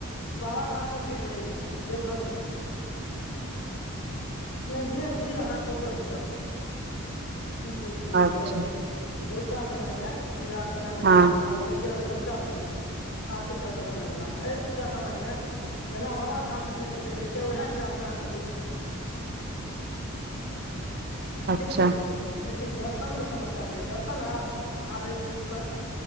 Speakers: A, on the left; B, on the right.
A: बाबाधाम मे भीड़ रहै अछि देवघर मे ओहने भीड़ अहाँके ओत भेटत। बीच बीच मे
B: अच्छा
A: जे भोर का समय मे पूजा अर्चना के
B: हँ
A: जखन समय होइत रहै छै आ संझु का समयमे, आरती सबके समय वला मे, एहि दूटा समय मे जेना बाबाधाममे भीड़ देखैत रहै छियै ओएह हिसाब से अहाँके भीड़ भेटत।
B: अच्छा
A: लेकिन नै के लेकिन दर्शन में समस्या नहि हैत, दर्शन आ महादेव के कृपा